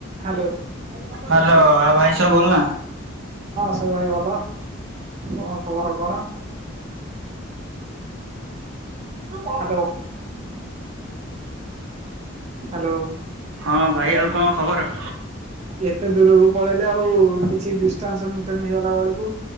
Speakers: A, on the right; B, on the right.
A: ହାଲୋ। ହଁ
B: ହ୍ୟାଲୋ ଆଉ ଭାଇ ସବୁ ଭଲ ନା?
A: ସବୁ ଭାଇ ଭଲ। ତମ ଖବର କଣ? ହାଲୋ। ହାଲୋ।
B: ହଁ ଭାଇ ଆଉ କଣ ଖବର?
A: ଏତେ ଦୂରକୁ ପଳେଇଲେ ଆଉ କିଛି ଡିଷ୍ଟାଂଶ ମେଣ୍ଟେନ ହେଇଗଲା ବେଳକୁ